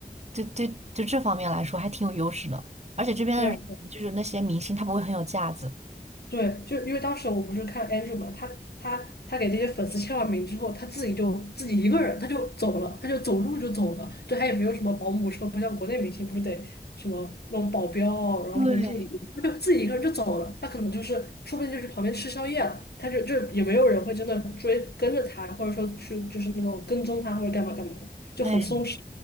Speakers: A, on the right; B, on the left.
A: 就对就这方面来说还挺有优势的。而且这边的人就是那些明星，
B: 对啊，
A: 他不会很有架子。
B: 对，就因为当时我不是看 Andrew 嘛，他他他给这些粉丝签完名之后，他自己就自己一个人他就走了，他就走路就走了，就他也没有什么保姆车，不像国内明星不是得什么那种保镖，然后什么助理，
A: 对，
B: 他就自己一个人就走了。他可能就是说不定就是旁边吃宵夜了，他就就也没有人会真的追跟着他，或者说去就是那种跟踪他或者干嘛干嘛的，就很松弛。
A: 哎，